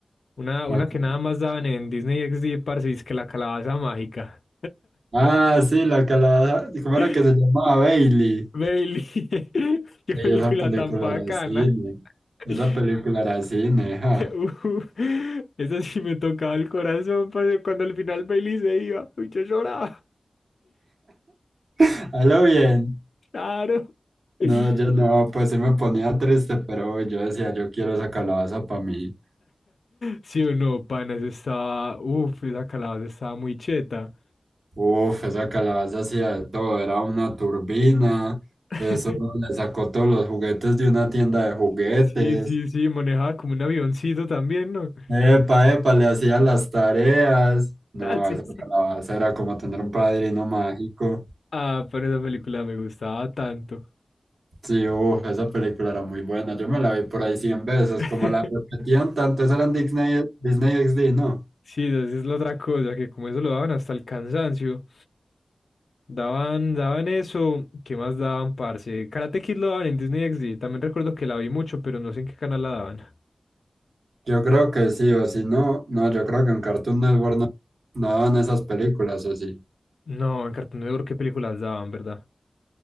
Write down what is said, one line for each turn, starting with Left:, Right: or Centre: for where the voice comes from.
Left: Una,
Right: No
Left: una
Right: acu-
Left: que nada más daban en Disney XD, parce, es que la calabaza mágica.
Right: Ah, sí, la que la... ¿Cómo era
Left: <laughs>
Right: que se llamaba? Bailey.
Left: Bailey, <laughs> qué
Right: Ey,
Left: película
Right: Esa película
Left: tan bacana.
Right: era cine.
Left: <laughs>
Right: Esa película era cine, ja.
Left: Uh, esa sí me tocaba el corazón, parce, cuando al final Bailey se iba, uy, yo lloraba.
Right: <laughs> A lo bien.
Left: Claro. <laughs>
Right: No, yo no, pues sí me ponía triste, pero yo decía, yo quiero esa calabaza para mí.
Left: Sí o no, pana, eso estaba. Uf, esa calabaza estaba muy cheta.
Right: Uf, esa calabaza hacía de todo, era una turbina,
Left: <laughs>
Right: eso le sacó todos los juguetes de una tienda de juguetes.
Left: Sí, sí, sí, manejaba como un avioncito también, ¿no?
Right: Epa, epa, le hacía las tareas. No,
Left: <laughs> Así
Right: esa
Left: es.
Right: calabaza era como tener un padrino mágico.
Left: Ah, pero esa película me gustaba tanto.
Right: Sí, uf, esa película era muy buena. Yo me la vi por ahí 100 veces,
Left: <laughs>
Right: como la repetían tanto, esa era en Disney, Disney XD, ¿no?
Left: Sí, esa es la otra cosa, que como eso lo daban hasta el cansancio. Daban, daban eso, ¿qué más daban, parce? Karate Kid lo daban en Disney XD. También recuerdo que la vi mucho, pero no sé en qué canal la daban.
Right: Yo creo que sí, o si no, no, yo creo que en Cartoon Network no, no daban esas películas, o sí.
Left: No, en Cartoon Network qué películas daban, ¿verdad?